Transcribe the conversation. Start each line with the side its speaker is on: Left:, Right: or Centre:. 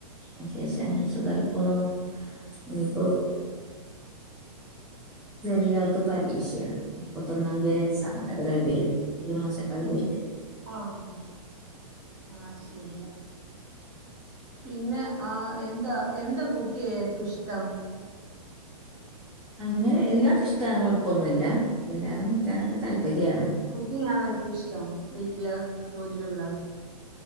Centre: വിശേഷം അങ്ങനെ സുഖായി പോണു, ഇനീപ്പോ ചെറിയ ആൾക്ക് പരീക്ഷെ മുപ്പത്തൊന്നാന്തീവരെ എക്സാം ഇണ്ട് അത് കഴിഞ്ഞ് വരും ഒര് മാസക്കായി പോയിട്ട്
Right: ആഹ് ആഹ് ശെരിയാ പിന്നെ ആഹ് എന്താ എന്താ കുക്കെയ്യാൻ ഏറ്റം ഇഷ്ടം
Centre: അങ്ങനെ എല്ലാർക്കും ഇഷ്ടാണ് കൊഴപ്പൊന്നുല്ല എല്ലാതും കിട്ടാനൊക്കെ താല്പര്യാണ്
Right: കുക്കിംങ്ങാണോ ഏറ്റവും ഇഷ്ടം വീട്ടില് ജോലികൾല്